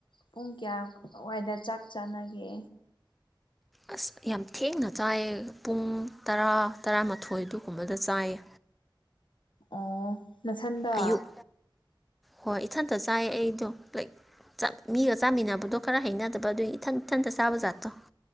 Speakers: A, on the left; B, in the centre.
A: ꯄꯨꯡ ꯀꯌꯥꯋꯥꯏꯗ ꯆꯥꯛ ꯆꯥꯅꯒꯦ
B: ꯑꯁ ꯌꯥꯝ ꯊꯦꯡꯅ ꯆꯥꯏꯌꯦ ꯄꯨꯡ ꯇꯔꯥ ꯇꯔꯥꯃꯥꯊꯣꯏ ꯑꯗꯨꯒꯨꯝꯕꯗ ꯆꯥꯏꯌꯦ
A: ꯑꯣ ꯅꯁꯟꯗ
B: ꯑꯌꯨꯛ ꯍꯣꯏ ꯏꯊꯟꯇ ꯆꯥꯏꯌꯦ ꯑꯩꯗꯣ ꯂꯥꯏꯛ ꯃꯤꯒ ꯆꯥꯃꯤꯟꯅꯕꯗꯣ ꯈꯔ ꯍꯩꯅꯗꯕ ꯑꯗꯨꯒꯤ ꯏꯊꯟ ꯏꯊꯟꯇ ꯆꯥꯕ ꯖꯥꯠꯇꯣ